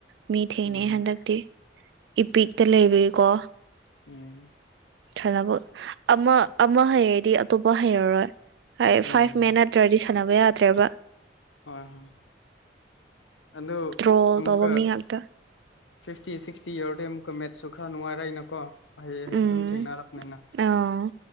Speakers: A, on the right; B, on the left.
A: ꯃꯤ ꯊꯦꯡꯅꯩ
B: ꯎꯝ
A: ꯍꯟꯗꯛꯇꯤ ꯏꯄꯤꯛꯇ ꯂꯩꯕꯏꯀꯣ
B: ꯎ
A: ꯈꯅꯕ ꯑꯃ ꯑꯃ ꯍꯩꯔꯗꯤ ꯑꯇꯣꯞꯄ ꯍꯩꯔꯔꯣꯏ ꯍꯥꯏ
B: ꯎꯝ
A: ꯐꯥꯏꯚ ꯃꯦꯟ ꯅꯠꯇ꯭ꯔꯗꯤ ꯁꯥꯟꯅꯕ ꯌꯥꯗ꯭ꯔꯦꯕ
B: ꯍꯣꯏ ꯍꯣꯏ ꯑꯗꯨ
A: ꯇ꯭ꯔꯣꯜ
B: ꯑꯃꯨꯛꯀ
A: ꯇꯧꯕ ꯃꯤ ꯉꯥꯛꯇ
B: ꯐꯤꯐꯇꯤ ꯁꯤꯛꯁꯇꯤ ꯌꯧꯔꯗꯩ ꯑꯃꯨꯛꯀ ꯃꯦꯠꯁꯨ ꯈꯔ ꯅꯨꯡꯉꯥꯏꯔꯏꯅꯀꯣ ꯑꯍꯩ ꯑꯍꯩꯕ
A: ꯎꯝ
B: ꯑꯗꯨꯝ ꯊꯦꯡꯅꯔꯛꯅꯤꯅ
A: ꯑꯥ